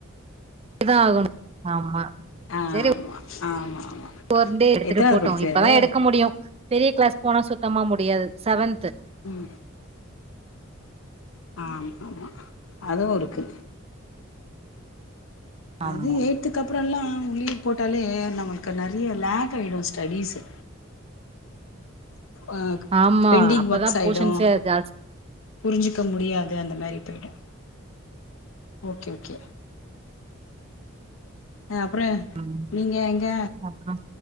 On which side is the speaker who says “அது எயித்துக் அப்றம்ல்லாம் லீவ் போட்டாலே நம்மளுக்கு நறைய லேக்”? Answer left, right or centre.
Left